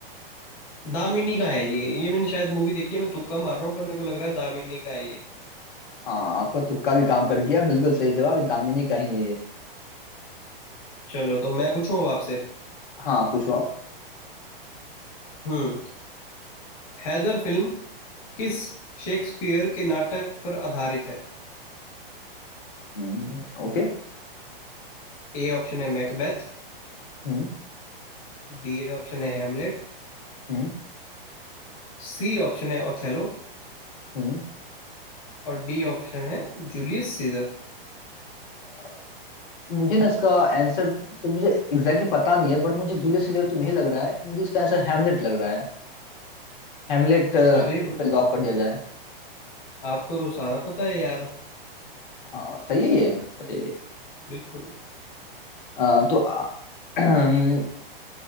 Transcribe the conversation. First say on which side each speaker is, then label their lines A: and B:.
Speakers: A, on the left; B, on the left.
A: दामिनी का है ये ये मैंने शायद मूवी देखी है मैं तुक्का मार रहा हूँ पर मेरे को लग रहा है दामिनी का है ये
B: <clears throat> हाँ आपका तुक्का भी काम कर गया बिल्कुल सही जवाब ये दामिनी का ही है ये
A: चलो तो मैं पूछूं अब आपसे
B: हाँ पूछो आप
A: हम्म हैदर फिल्म किस शेक्सपियर के नाटक पर आधारित है
B: हम्म, ओके
A: ए ऑप्शन है मैकबेथ
B: हम्म
A: बी ऑप्शन है हेमलेट
B: हम्म
A: सी ऑप्शन है ओथेलो
B: हम्म
A: और डी ऑप्शन है जूलियस सीजर
B: अ, मुझे ना इसका आंसर तो मुझे एग्जैक्टली exactly पता नहीं है बट मुझे जूलियस सीजर तो नहीं लग रहा है मुझे इसका आंसर हैमलेट लग रहा है हेमलेट
A: अरे ब्रो
B: पे लॉक कर दिया जाए
A: आपको तो सारा पता है यार
B: हाँ सही है ये अरे
A: बिल्कुल
B: अ, तो अ, <clears throat>